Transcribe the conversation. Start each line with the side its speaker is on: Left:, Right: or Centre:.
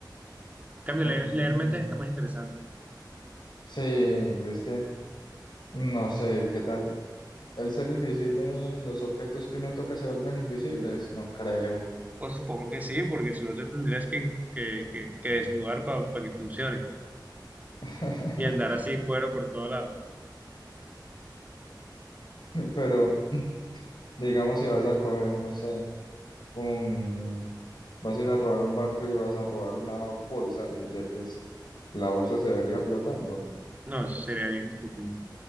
Right: cambio,
Left: ok,
Right: leer, leer
Left: mm,
Right: mentes está más interesante.
Left: Sí, es que no sé, ¿qué tal? El ser invisible, los objetos que uno toca se vuelven invisibles, no creo.
Right: Pues supongo que sí, porque si no te tendrías que, que, que- que desnudar para que funcione.
Left: <laughs>
Right: Y andar así en cuero por todo lado.
Left: Pero digamos si vas a coger, no sé, un, vas a ir a robar un banco y vas a robar una bolsa de billetes, la bolsa se vería flotando.
Right: No, eso sería bien estúpido.